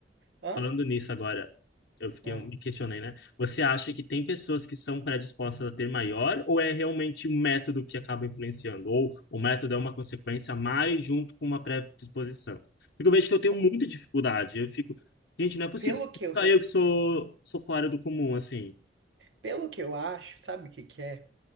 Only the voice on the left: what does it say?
falando nisso agora, eu fiquei,
eu me questionei, né? Você acha que tem pessoas que são predispostas a ter maior, ou é realmente o método que acaba influenciando? Ou o método é uma consequência mais junto com uma predisposição? Porque eu vejo que eu tenho
muita dificuldade. Eu fico, gente, não é possível
que
só eu que sou, sou fora do comum, assim.